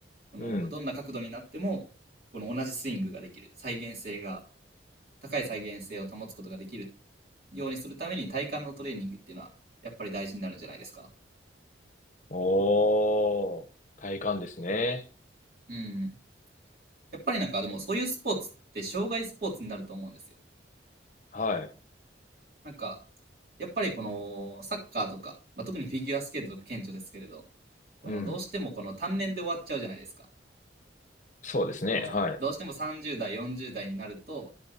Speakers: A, on the right; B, on the left.
A: このどんな角度になってもこの同じスイングができる、
B: うん。
A: 再現性が、高い再現性を保つことができるっようにするために体幹のトレーニングっていうのは、やっぱり大事になるんじゃないですか。
B: おー。体幹ですね。
A: うん。やっぱりなんか、でもそういうスポーツって、障害スポーツになると思うんですよ。
B: はい。
A: なんか、やっぱりこの、サッカーとか、まあ、特にフィギュアスケートとか顕著ですけれど、この、
B: うん。
A: どうしてもこの単年で終わっちゃうじゃないですか。
B: そうですね。
A: この、
B: はい。
A: どうしても30代、40代になると、